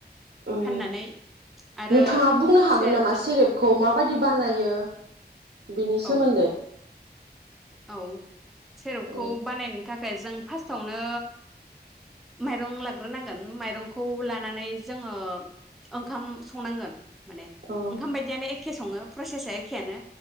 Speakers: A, on the right; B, in the centre.
A: ओम
B: फाननानै आरो
A: नोंथाङा बुंनो हागोन
B: सेरेबजों
A: नामा सेरेपखौ माबायदि बानाय यो बिनि सोमोन्दै
B: औ औ सेरेपखौ
A: औ
B: बानायनो थाखाय जों फास्टावनो माइरं लाग्रोनांगोन। माइरंखौ लानानै जोङो ओंखाम संनांगोन। माने
A: औ
B: ओंखाम बायदियानो एख एखे सङो प्रसेसआ एखेआनो